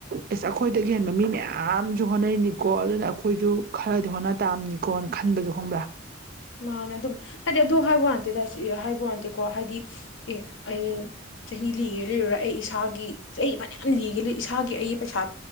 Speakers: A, on the right; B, on the left.
A: ꯑꯦꯁ ꯑꯩꯈꯣꯏꯗꯒꯤ ꯍꯦꯟꯕ ꯃꯤ ꯃꯌꯥꯝ ꯌꯥꯝꯁꯨ ꯍꯣꯠꯅꯩꯅꯤꯀꯣ ꯑꯗꯨꯅ ꯑꯩꯈꯣꯏꯁꯨ ꯈꯔꯗꯤ ꯍꯣꯠꯅ ꯇꯥꯝꯅꯤꯀꯣꯅ ꯈꯟꯕꯁꯨ ꯈꯪꯕ꯭ꯔꯥ
B: ꯃꯥꯅꯦ ꯑꯗꯨ ꯍꯥꯏꯗꯤ ꯑꯗꯨ ꯍꯥꯏꯕ ꯋꯥꯥꯟꯇꯦ ꯍꯥꯏꯕ ꯋꯥꯇꯦꯀꯣ ꯍꯥꯏꯗꯤ ꯑꯦ ꯑꯩ ꯆꯍꯤ ꯂꯤꯒꯦ ꯂꯤꯔꯨꯔꯥ ꯑꯩ ꯏꯁꯥꯒꯤ ꯆꯍꯤ ꯐꯅꯌꯥꯝ ꯂꯤꯒꯦ ꯏꯁꯥꯒꯤ ꯑꯩꯒꯤ ꯄꯩꯁꯥ